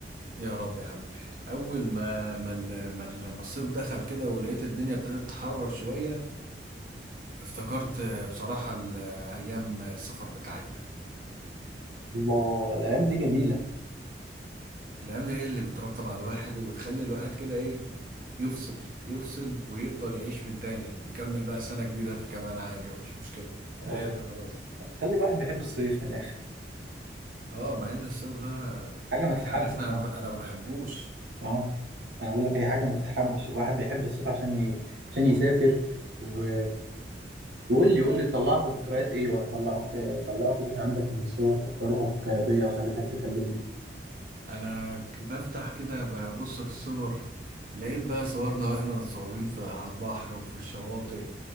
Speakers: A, on the right; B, on the right.
A: يا رب يا حبيبي اول ما ما ال- ما ال- ما الصيف دخل كده ولقيت الدنيا ابتدت تحرر شوية افتكرت آه، بصراحة ال- آه، ايام السفر بتاعتنا
B: الله الايام دي جميله
A: الايام دي هي اللي بترتب على الواحد وبتخلي الواحد كده ايه يفصل يفصل ويقدر يعيش من تاني يكمل بقى سنة جديدة كمان عادي مفيش مشكلة انا
B: أوه.
A: قادر خلاص
B: خلي الواحد بيحب الصيف من الاخر
A: اه مع ان الصيف ده
B: حاجه ما تتحبش
A: انت عارفني انا
B: اه
A: بب... انا ما بحبوش
B: اه انا بقول لك هي حاجه ما تتحبش الواحد بيحب الصيف عشان ي... عشان يسافر و... وقول لي قول لي طلعت ذكريات ايه ولا طلعت طلعت ايه عندك من الصور فكرتك بيا وخلتك تكلمني
A: انا ك- بفتح كده ببص في الصور لقيت بقى صورنا واحنا متصورين في على البحر وفي الشواطئ